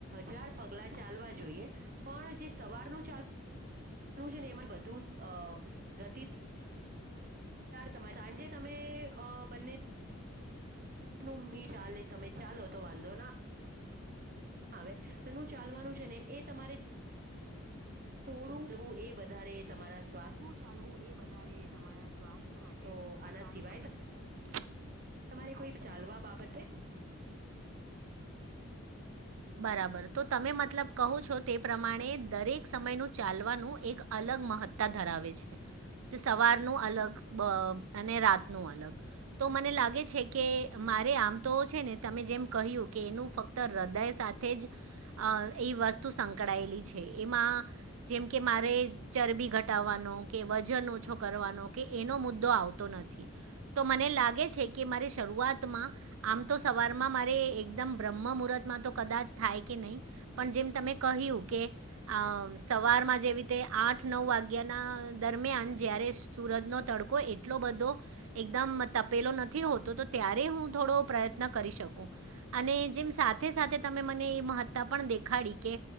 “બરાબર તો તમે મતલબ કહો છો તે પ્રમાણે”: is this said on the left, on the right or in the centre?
Right